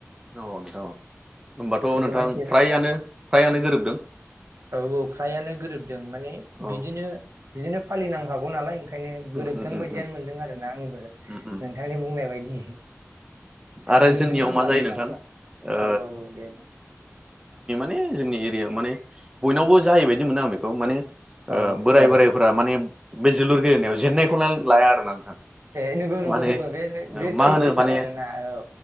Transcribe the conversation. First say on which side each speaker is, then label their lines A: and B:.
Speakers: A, on the right; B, on the right.
A: औ नोंथां औ होनबाथ
B: जुमाय
A: नोंथां
B: सेरेब
A: फ्रायानो फ्रायानो गोरोबदों
B: औ औ फ्रायानो गोरोब दों माने
A: औ
B: बिदिनो बिदिनो फालिनांखागौ नालाय ओंखायनो गोरोबदों
A: उम उम उम
B: बायदियानो मोनदों आरोना आंबो
A: उम उम
B: नोंथांनि बुंनाय बायदि
A: आरो
B: गोरोबदों
A: जोंनियाव
B: ना होमबा
A: मा जायो
B: नोंथां
A: ओ
B: औ औ औ दे
A: ने जोंनि एरिया माने बयनावबो जाहैबायदि मोनो आं बेखौ माने ओ
B: औ
A: बोराय बोराइफोरा माने बे जोलुर गेलेनायाव जेननायखौनो लाया आरोना नोंथां माने
B: ए नंगौ नंगौ नंगौ बे बे
A: मा
B: सैथोथार
A: होनो माने
B: आरोना औ